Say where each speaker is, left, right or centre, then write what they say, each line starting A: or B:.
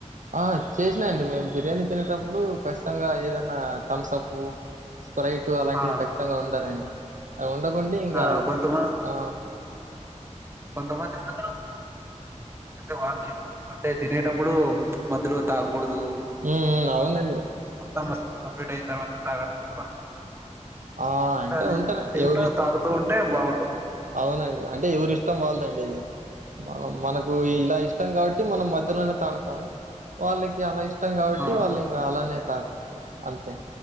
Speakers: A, on the right (about 85°); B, on the right (about 20°).
A: ఆ చేసినా అండి మేము బిర్యానీ తినేటప్పుడు ఖచ్చితంగా ఏదన్న థమ్సప్పు స్ప్రైట్ అలాంటివి
B: ఆ
A: కచ్చితంగా ఉండాలండి అ ఉండకుండి ఇంగా
B: ఆ కొంతమ
A: ఆ
B: కొంతమంది మాత్రం <inaudible> వారిని ఏమ అంటే తినేటప్పుడు మధ్యలో తాగ్గూడదు
A: హ్మ్ హ్మ్ అవునండి
B: తం కంప్లీట్ అయిన తర్వాత తాగాలని కొంతమంది
A: ఆ
B: ఉంటారు
A: అంటే
B: అది తింటూ
A: ఎవరిష్ట
B: తాగుతూ ఉంటే బాగుంటది
A: అవునండి అంటే ఎవరిస్ టం వాళ్ళదండి ఇది మనం మన ఇలా ఇష్టం గావట్టి మనం మధ్యలోనే తాగతం వాళ్ళకి అలా ఇష్ టం గావట్టి
B: ఆ
A: వాళ్ళు ఇంగా అలానే తాగుతారు అంతే